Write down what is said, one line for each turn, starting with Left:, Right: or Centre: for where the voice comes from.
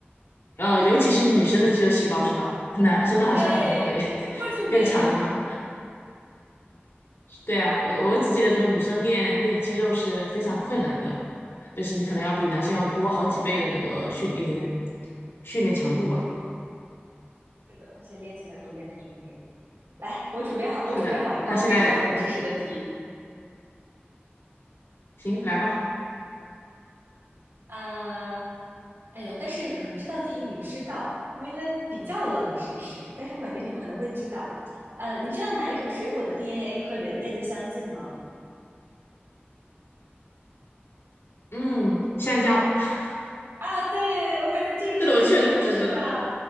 Left: 呃，尤其是女生的肌肉细胞是吧？<laughs> 男生的好像可能会
Right: 对，一会儿就没了。
Left: <laughs> 更长一点。对啊，我我只记得说女生练练肌肉是非常困难的，就是你可能要比男生要多好几倍的那个训练训练强度吧。
Right: 是的，而且练起来不练它就没了。来，我准备好，
Left: 是的，
Right: 我准备好一道非常冷知识的题。
Left: 那现在行，来吧。
Right: 啊、哎呦，但是可能这道题你知道，因为它比较冷知识，但是我感觉你可能会知道。呃，你知道哪一种水果的 DNA 和人类的相近吗？
Left: 嗯，香蕉，<laughs>
Right: 啊，对，我感觉这个知识你肯定会知道。
Left: 这个我确实知道。